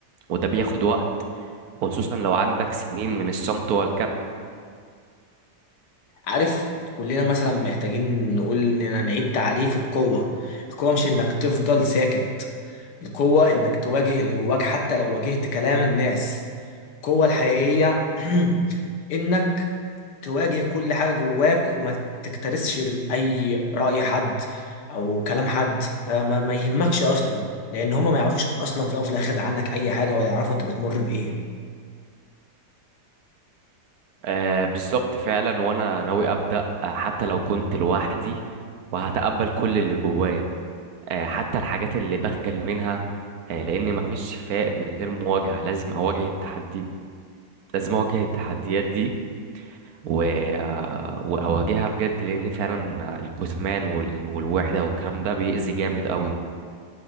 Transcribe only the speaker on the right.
وده بياخد وقت وخصوصا لو عندك سنين من الصمت والكب
آه بالظبط فعلا وانا ناوي ابدا آه حتى لو كنت لوحدي وهتقبل كل اللي جوايا آه حتى الحاجات اللي بخجل منها آه لان مفيش شفاء من غير مواجهه لازم اواجه التحدي لازم اواجه التحديات دي و... آه، واواجهها بجد لان فعلا الكتمان وال... والوحده والكلام ده بيأذي جامد قوي